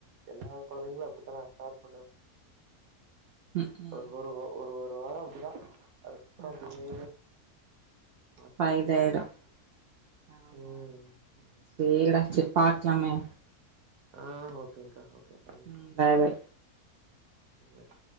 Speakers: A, on the right; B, on the right.
A: எல்லா கெழந்தைங்களும் அப்டித்தானே ஸ்டார்ட் பண்ணேம்
B: ம் ம்
A: ஒரு ஒரு ஒரு ஒரு வாரம் அப்டிதான் அதுக்கப்புறம்
B: ஆமா
A: வி ஆ
B: ப இதாயிடும் ஆமா
A: ம் ஆமாங்க்கா
B: செரிடா செரி பார் நமய
A: ஆஹ் ஓகேன்கா ஓகே உம்
B: ம் பாய் பாய்
A: உம்